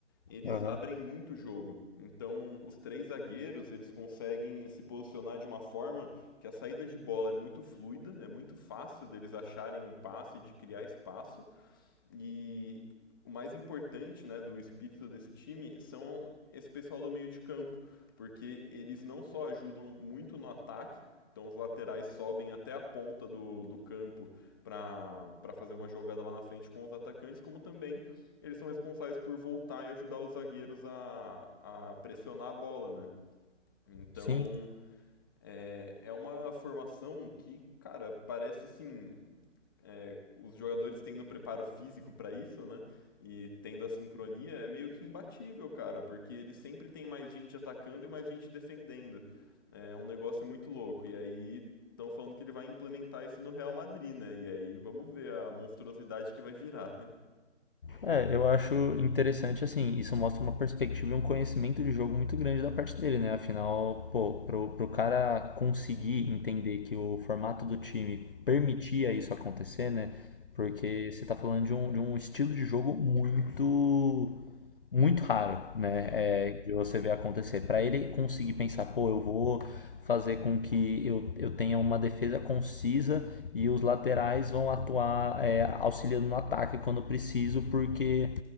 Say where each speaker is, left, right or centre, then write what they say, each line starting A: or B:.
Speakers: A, on the left; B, on the left.
A: eles
B: Aham.
A: abrem muito o jogo. Então, os três zagueiros, eles conseguem se posicionar de uma forma que a saída de bola é muito fluida, é muito fácil deles acharem um passe, de criar espaço, e o mais importante, né, do espírito desse time são esse pessoal do meio de campo, porque eles não só ajudam muito no ataque, então os laterais sobem até a ponta do, do campo para fazer uma jogada lá na frente com os atacantes, como também eles são responsáveis por voltar e ajudar os zagueiros a, a pressionar a bola, né? Então
B: Sim.
A: é, é uma formação que, cara, parece assim é, os jogadores tendo preparo físico pra isso, né? E tendo a sincronia, é meio que imbatível, cara, porque ele sempre tem mais gente atacando e mais gente defendendo. É um negócio muito louco. E aí estão falando que ele vai implementar isso no Real Madrid, né? E aí vamos ver a monstruosidade que vai virar. <laughs>
B: É, eu acho interessante, assim, isso mostra uma perspectiva e um conhecimento de jogo muito grande da parte dele, né? Afinal, pô, pro, pro cara conseguir entender que o formato do time permitia isso acontecer, né? Porque você tá falando de um, de um estilo de jogo muito muito raro, né,
A: Sim,
B: é, de você ver acontecer. Para ele conseguir pensar, pô, eu vou fazer com que eu, eu tenha uma defesa concisa e os laterais vão atuar é, auxiliando no ataque quando preciso, porque